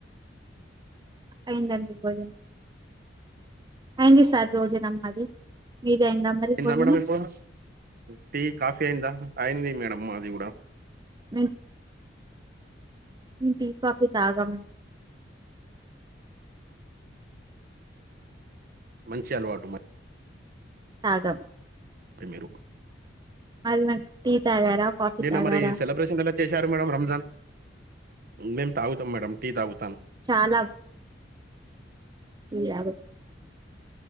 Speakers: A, on the right (about 25°); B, on the right (about 55°).
A: అయ్యింది అండి భోజనం అయింది సార్ భోజనం మాది మీది అయిందా మరి
B: అయ్యిందా
A: భోజనం
B: మేడం <inaudible> టీ కాఫీ అయ్యింది మేడం మాది కూడా
A: మేం ని టీ కాఫీ తాగమండి
B: మంచి అలవాటు మ
A: తాగం
B: ఎం మీరు
A: <unintelligible> కాఫీ
B: నినా
A: తాగారా
B: మరి సెలబ్రేషన్ కలా చేశారు మేడం రంజాన్ మేము తాగుతాం మేడం టీ తాగు
A: చాలా టీ తాగాం